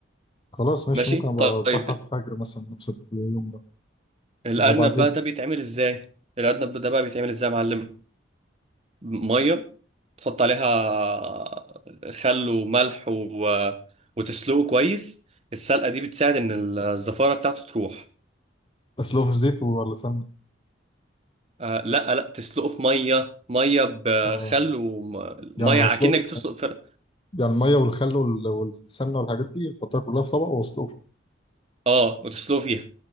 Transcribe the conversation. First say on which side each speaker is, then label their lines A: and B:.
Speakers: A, on the left; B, on the right.
A: خلاص ماشي
B: ماشي
A: ممكن ابقى
B: طيب
A: اذبحها في الفجر مثلا نفس اليوم ده
B: الارنب
A: طب وبعدين
B: بقى ده بيتعمل ازاي الارنب ده بقى بيتعمل ازاي يا معلم ميه تحط عليها خل وملح و... وتسلقه كويس السلقة دي بتساعد إن الزفارة بتاعته تروح
A: اسلقه في زيت ولا سمنه
B: آه لا لا تسلقه في مية مية بخل
A: اه
B: ومية
A: يعني هسلق
B: أكنك بتسلق فر...
A: يعني الميه والخل وال- والسمنه والحاجات دي احطها كلها في طبق واسلقه فيه
B: اه وتسلقه فيها